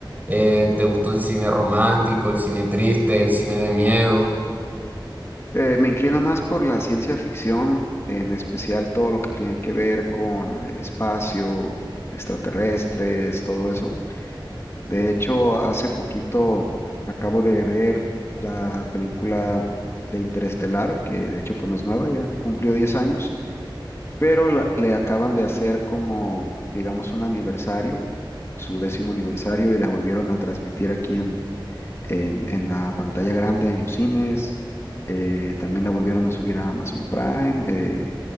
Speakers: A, on the right; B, on the left.
A: Eh, ¿te gustó el cine romántico, el cine triste, el cine de miedo?
B: Eh, me inclino más por la ciencia ficción, en especial todo lo que tiene que ver con el espacio, extraterrestres, todo eso. De hecho, hace poquito acabo de ver la película de Interestelar, que de hecho pues no es nueva, ya cumplió 10 años, pero la- le acaban de hacer como, digamos, un aniversario, su décimo aniversario, y la volvieron a transmitir aquí en, en, en la pantalla grande, en los cines, eh, también la volvieron a subir a Amazon Prime, eh,